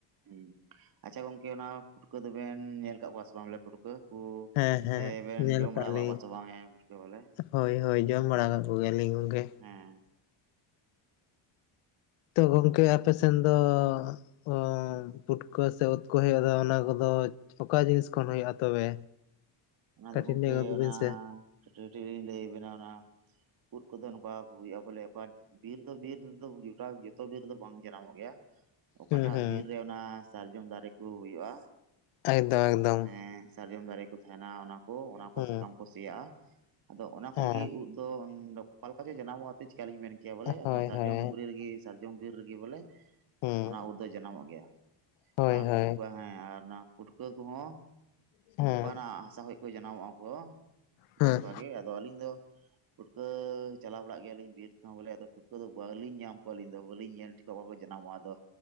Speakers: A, on the right; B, on the left.
A: ᱦᱩᱸ ᱟᱪᱪᱷᱟ ᱜᱚᱝᱠᱮ ᱚᱱᱟ ᱯᱷᱩᱴᱠᱟᱹ ᱫᱚᱵᱮᱱ ᱧᱮᱞ ᱟᱠᱟᱫ ᱠᱚᱣᱟ ᱥᱮ ᱵᱟᱝ ᱵᱚᱞᱮ ᱯᱷᱩᱴᱠᱟᱹ ᱠᱳ
B: ᱦᱮᱸ ᱦᱮᱸ
A: ᱥᱮᱵᱮᱱ
B: ᱧᱮᱞ
A: ᱡᱚᱢ ᱵᱟᱲᱟ
B: ᱠᱟᱜ
A: ᱟᱠᱟᱫ
B: ᱞᱤᱧ
A: ᱠᱚᱣᱟ ᱥᱮ ᱵᱟᱝ ᱦᱮ ᱯᱩᱴᱠᱟᱹ ᱵᱚᱞᱮ
B: ᱦᱳᱭ ᱦᱳᱭ ᱡᱚᱢ ᱵᱟᱲᱟ ᱠᱟᱜ ᱠᱚᱜᱮᱭᱟᱞᱤᱧ ᱜᱚᱢᱠᱮ
A: ᱦᱮᱸ
B: ᱛᱚ ᱜᱚᱝᱠᱮ ᱟᱯᱮᱥᱮᱱ ᱫᱚ ᱚ ᱯᱩᱴᱠᱟᱹ ᱥᱮ ᱩᱫ ᱠᱚ ᱦᱩᱭᱩᱜ-ᱟ ᱚᱱᱟ ᱠᱚᱫᱚ ᱚᱠᱟ ᱡᱤᱱᱤᱥ ᱠᱷᱚᱱ ᱦᱩᱭᱩᱜ-ᱟ ᱛᱚᱵᱮ
A: ᱚᱱᱟ
B: ᱠᱟᱹᱴᱤᱡ
A: ᱫᱚ ᱜᱚᱢᱠᱮ
B: ᱞᱟᱹᱭ ᱜᱚᱫ
A: ᱚᱱᱟ
B: ᱵᱤᱱ ᱥᱮ
A: ᱠᱟᱹᱴᱤᱡ ᱠᱟᱹᱴᱤᱡ ᱞᱤᱧ ᱞᱟᱹᱭᱟᱵᱮᱱᱟ ᱚᱱᱟ ᱩᱫ ᱠᱚᱫᱚ ᱱᱚᱝᱠᱟ ᱦᱩᱭᱩᱜ-ᱟ ᱵᱚᱞᱮ ᱯᱟᱴ ᱵᱤᱨ ᱫᱚ ᱵᱤᱨ ᱨᱮᱫᱚ ᱡᱚᱴᱟ ᱡᱚᱛᱚ ᱵᱤᱨ ᱨᱮᱫᱚ ᱵᱟᱝ ᱡᱟᱱᱟᱢᱚᱜ ᱜᱮᱭᱟ ᱚᱠᱟᱴᱟᱜ
B: ᱦᱩᱸ ᱦᱩᱸ
A: ᱵᱤᱨ ᱨᱮ ᱚᱱᱟ ᱥᱟᱨᱡᱚᱢ ᱫᱟᱨᱮ ᱠᱚ ᱦᱩᱭᱩᱜ-ᱟ
B: ᱮᱠᱫᱚᱢ ᱮᱠᱫᱚᱢ
A: ᱦᱮᱸ ᱥᱟᱨᱡᱚᱢ ᱫᱟᱨᱮ ᱠᱚ ᱛᱟᱦᱮᱱᱟ ᱚᱱᱟ ᱠᱚ ᱚᱱᱟ ᱠᱚ
B: ᱦᱩᱸ
A: ᱥᱟᱠᱟᱢ ᱠᱚ ᱥᱤᱭᱟᱜ-ᱟ ᱟᱫᱚ ᱚᱱᱟ ᱠᱷᱚᱡ
B: ᱦᱮᱸ
A: ᱜᱮ ᱩᱫ ᱫᱚ ᱚᱠᱟ ᱞᱮᱠᱟ ᱪᱚ ᱡᱟᱱᱟᱢᱚᱜ-ᱟ ᱟᱫᱚ ᱪᱮᱠᱟᱞᱤᱧ ᱢᱮᱱ ᱠᱮ ᱠᱮᱭᱟ ᱵᱚᱞᱮ
B: ᱦᱳᱭ
A: ᱥᱟᱨᱡᱚᱢ
B: ᱦᱳᱭ
A: ᱰᱩᱝᱨᱤ ᱨᱮᱜᱮ ᱥᱟᱨᱡᱚᱢ ᱵᱤᱨ ᱨᱮᱜᱮ ᱵᱚᱞᱮ
B: ᱦᱩᱸ
A: ᱚᱱᱟ ᱩᱫ ᱫᱚ ᱡᱟᱱᱟᱢᱚᱜ ᱜᱮᱭᱟ
B: ᱦᱳᱭ
A: ᱟᱨ
B: ᱦᱳᱭ
A: ᱯᱩᱴᱠᱟᱹ ᱦᱮ ᱟᱨ ᱚᱱᱟ ᱯᱩᱴᱠᱟᱹ ᱠᱚᱦᱚᱸ
B: ᱦᱮᱸ
A: ᱚᱱᱠᱟᱱᱟᱜ ᱦᱟᱥᱟ ᱠᱷᱚᱱ ᱠᱚ ᱡᱟᱱᱟᱢᱚᱜᱼᱟ ᱠᱚ ᱚᱱᱮ
B: ᱦᱮᱸ
A: ᱚᱱᱠᱟᱜ ᱜᱮ ᱟᱫᱚ ᱟᱹᱞᱤᱧ ᱫᱚ ᱯᱷᱩᱴᱠᱟᱹ ᱪᱟᱞᱟᱣ ᱵᱟᱲᱟᱜ ᱜᱮᱭᱟᱞᱤᱧ ᱵᱤᱨ ᱛᱮᱦᱚᱸ ᱵᱚᱞᱮ ᱟᱫᱚ ᱯᱩᱴᱠᱟᱹ ᱫᱚ ᱵᱟᱹᱞᱤᱧ ᱧᱟᱢ ᱠᱚᱣᱟ ᱟᱹᱞᱤᱧ ᱫᱚ ᱵᱟᱹᱞᱤᱧ ᱧᱮᱞ ᱴᱷᱤᱠ ᱠᱚᱣᱟ ᱚᱠᱟᱠᱚ ᱡᱟᱱᱟᱢᱚᱜ-ᱟ ᱟᱫᱚ